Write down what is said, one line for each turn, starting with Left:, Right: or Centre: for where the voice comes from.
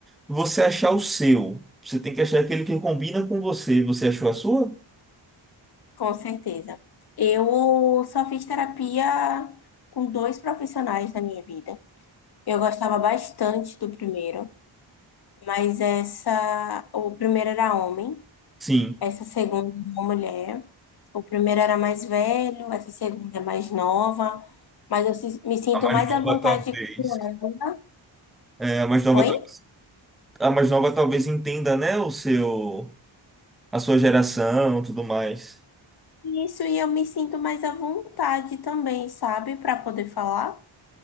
Centre: você achar o seu. Você tem que achar aquele que combina com você. Você achou a sua?
Left: com certeza. Eu só fiz terapia com dois profissionais na minha vida. Eu gostava bastante do primeiro, mas essa, o primeiro era homem.
Centre: Sim.
Left: Essa segunda é uma mulher. O primeiro era mais velho, essa segunda é mais nova. Mas eu se- me sinto
Centre: A mais
Left: mais
Centre: nova
Left: à vontade
Centre: talvez.
Left: com ela.
Centre: É, a mais nova,
Left: Oi?
Centre: tal- a mais nova talvez entenda, né, o seu, a sua geração, tudo mais.
Left: Isso, e eu me sinto mais à vontade também, sabe? Pra poder falar.